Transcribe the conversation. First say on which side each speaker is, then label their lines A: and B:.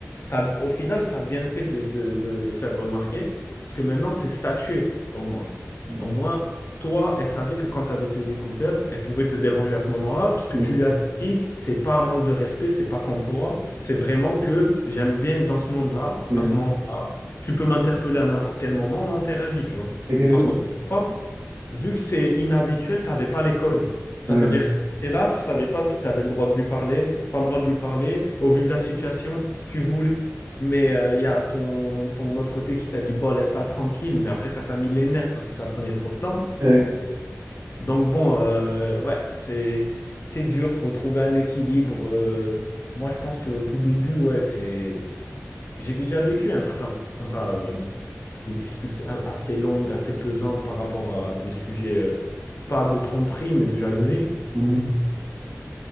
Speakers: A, on the left; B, on the right.
A: t'as- au final, ça a bien fait de, de- de le faire remarquer, parce que maintenant, c'est statué, au moins.
B: Ouais,
A: Au moins, toi, elle savait que quand tu avais tes écouteurs, elle pouvait te déranger à ce moment-là, parce que
B: ouais,
A: tu lui avais dit, c'est pas un manque de respect, c'est pas comme toi, c'est vraiment que j'aime bien être dans ce monde-là,
B: ouais,
A: à ce moment-là, tu peux m'interpeller à n'importe quel moment, on interagit, tu vois.
B: Exactement.
A: Par contre, toi, vu que c'est inhabituel, tu n'avais pas les codes. Ça
B: Ouais.
A: veut dire T'es là, tu savais pas si tu avais le droit de lui parler, pas le droit de lui parler. Au vu de la situation, tu voulais. Mais euh, il y a ton, ton autre côté qui t'a dit, bon, laisse-la tranquille. Mais après, ça t'a mis les nerfs parce que ça prenait trop de temps.
B: ouais,
A: Donc bon, euh, ouais, c'est, c'est dur, faut trouver un équilibre. euh. moi, je pense qu'au tout début, ouais, c'est... J'ai déjà vécu un truc comme, comme ça, euh, des disputes a- assez longues, assez pesantes par rapport à des sujets, euh, pas de tromperie, mais de jalousie.
B: ouais.